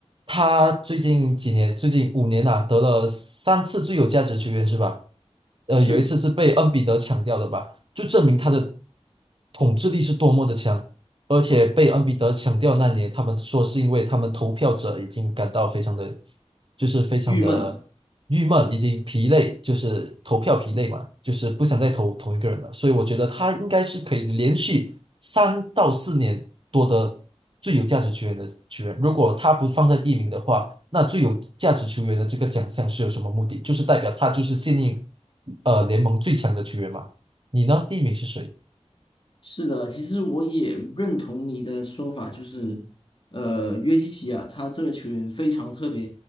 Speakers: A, on the right; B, on the left.
A: 他最近几年，最近五年呐，得了三次最有价值球员是吧？呃，
B: 是
A: 有一次是被恩比德抢掉的吧，就证明他的统治力是多么的强。而且被恩比德抢掉那年，他们说是因为他们投票者已经感到非常的，就是非常的郁闷，
B: 郁闷。
A: 已经疲累，就是投票疲累嘛，就是不想再投同一个人了。所以我觉得他应该是可以连续三到四年夺得最有价值球员的球员。如果他不放在第一名的话，那最有价值球员的这个奖项是有什么目的？就是代表他就是现役呃联盟最强的球员嘛。你呢？第一名是谁？
B: 是的，其实我也认同你的说法，就是，呃，约基奇啊，他这个球员非常特别，